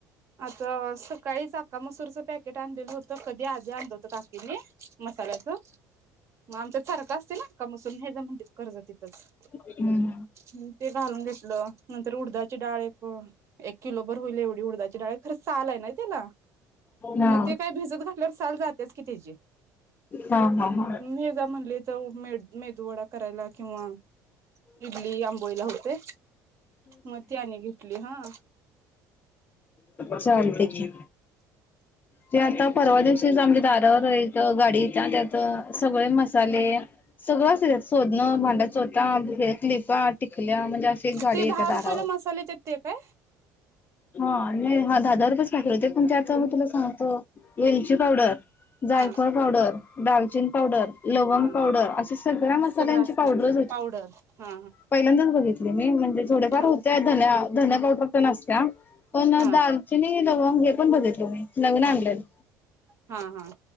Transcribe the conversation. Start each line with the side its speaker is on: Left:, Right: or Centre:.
Right: आता सकाळीच अख्खा मसुरच पॅ केट आणलेलं होत. कधी आधी आण होत काकीने मसाल्याच. मग आमचात सारख असते ना? का मसूर हे्याज म्हणते कर्ज तिथंच.
Left: हम्म
Right: ह् ते घालून घेतलं. नंतर उडदाची डाळ एक एक किलो भर होईल एवढी हुडदाची डाळे खरं चाल आहे ना त्याला?
Left: हा
Right: मग ते काय भिजत घातल्यावर साल जातेच की त्याची.
Left: हा हा हा
Right: हे ज म्हणले तर मे मेदू वडा करायला किंवा इडली आंबोईला होतय मग ती आणि घेतली हा.
Left: चालतय की. ते आता परवा दिवशीच आमच्या दारवर एक गाडी त्यात सगळे मसाले सगळं अस शोधणं भांड्या चोता हे क्लिपा टिकल्या म्हणजे, अशी गाडी
Right: ते
Left: येत्या
Right: दहा
Left: दारावर
Right: रुपयाला मसाले येतात ते काय
Left: हा. नाही हा दहा द रुपच पाकीट होते पण त्याचा मी तुला सांगतो वेलची पावडर जायफळ
Right: हा
Left: पावडर, दालचीन पावडर, लवंग
Right: हा
Left: पावडर अशा सगळ्या मसाल्यांची
Right: सगळं असत
Left: पावडर
Right: पावडर ह.
Left: पहिल्यांदाच बघितली मी. म्हणजे थोडेफार
Right: हा
Left: होते धन धन्या पावडर तेन आसत्या. पण
Right: हा
Left: दालचिनी, लवंग हे पण बघितलं मी नवीन आणल्यान.
Right: हा हा.